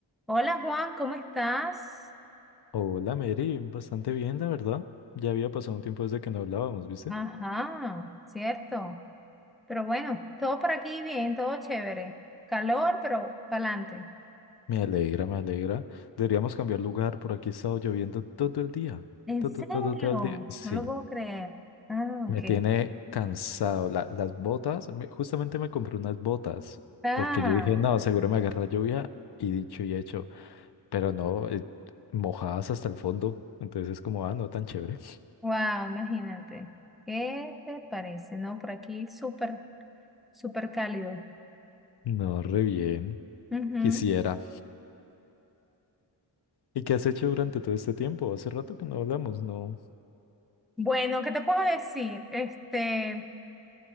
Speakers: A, in the centre; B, on the left.
A: Hola Juan, ¿cómo estás?
B: Hola Mary, bastante bien, la verdad. Ya había pasado un tiempo desde que no hablábamos, ¿viste?
A: Ajá, cierto. Pero bueno, todo por aquí bien, todo chévere. Calor, pero pa'lante.
B: Me alegra, me alegra. Deberíamos cambiar lugar, por aquí ha estado lloviendo todo el día.
A: ¿En
B: Todo,
A: serio?
B: todo, todo el día. Sí,
A: No lo puedo creer. Ah,
B: me
A: ok.
B: tiene cansado. La- las botas, me- justamente me compré unas botas,
A: Ah,
B: porque yo dije, no, seguro me agarra lluvia, y dicho y hecho. Pero no, eh, mojadas hasta el fondo. Entonces es como, ah, no tan chévere.
A: wow, imagínate. ¿Qué te parece? No, por aquí súper, súper cálido.
B: No, re bien.
A: Ujú.
B: Quisiera. ¿Y qué has hecho durante todo este tiempo? Hace rato que no hablamos, ¿no?
A: Bueno, ¿qué te puedo decir? Este,